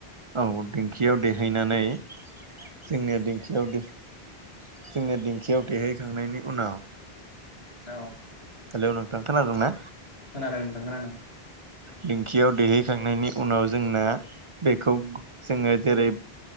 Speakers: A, on the right (about 40°); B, on the left (about 75°).
A: औ दिंखियाव देहैनानै जोंनि दिखि जोंनि देंखियाव देहैखांनायनि उनाव
B: औ
A: हेलौ नोंथां खोनादों ना
B: खोनादों नोंथां खोनादों
A: दिंखियाव दैहैखांनायनि उनाव जोंना बेखौ जोङो जेरै